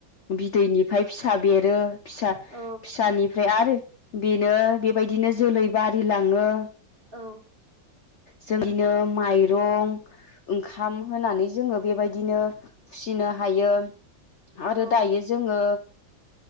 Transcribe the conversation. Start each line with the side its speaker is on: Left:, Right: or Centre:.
Left: बिदैनिफ्राय फिसा बेरो। फिसा
Right: औ
Left: फिसानि फ्राय आरो बेनो बेबायदिनो जोलै बारिलाङो।
Right: औ
Left: जोंनिनो माइरं, ओंखाम होनानै जोंङो बेबायदिनो फुसिनो हायो। आरो
Right: औ
Left: दायो जोंङो